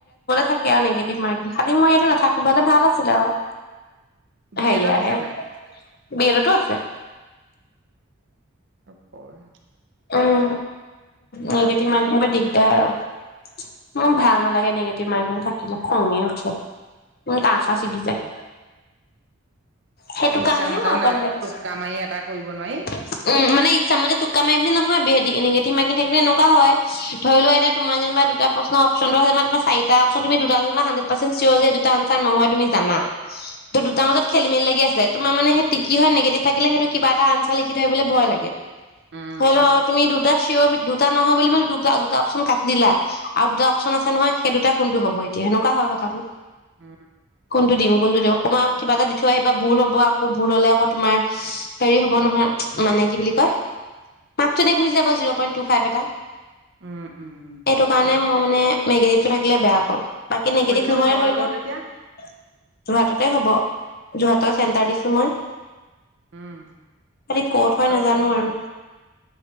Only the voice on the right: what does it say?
বি
এডত আছে
নাই?
হয়
উম,
উম।
ইচ্ছামতে
নে-
টোক্কা মাৰি এটা কৰিব নোৱাৰি।
উম,
উম,
উম,
উম,
হয় বাৰু
সেইটো।
উম, উম,
সেইটো
হয়।
পৰীক্ষাবোৰ
হয়
ক'ত
এতিয়া
উম